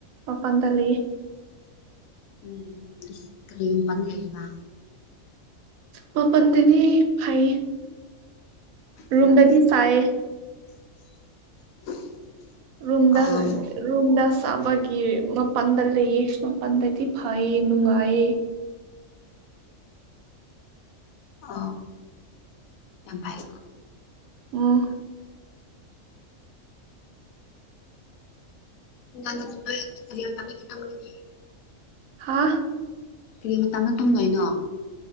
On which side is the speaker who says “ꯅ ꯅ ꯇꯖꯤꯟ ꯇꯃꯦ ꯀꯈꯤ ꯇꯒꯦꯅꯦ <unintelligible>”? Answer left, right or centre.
Left